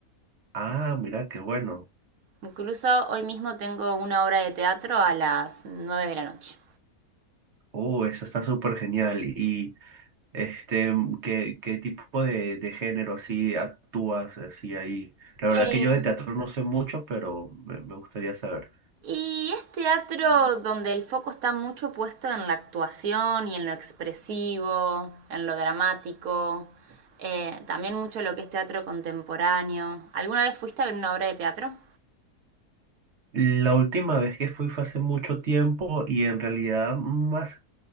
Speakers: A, on the right (about 55°); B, on the right (about 75°).
A: Ah, mira, qué bueno.
B: Incluso hoy mismo tengo una obra de teatro a las 9 de la noche.
A: Oh, eso está súper genial. Y este, mm, ¿qué, qué tipo de, de género así actúas así ahí? La verdad
B: Eh,
A: que yo de teatro no sé mucho, pero me, me gustaría saber.
B: Y es teatro donde el foco está mucho puesto en la actuación y en lo expresivo, en lo dramático, eh, también mucho lo que es teatro contemporáneo. ¿Alguna vez fuiste a ver una obra de teatro?
A: La última vez que fui fue hace mucho tiempo y en realidad más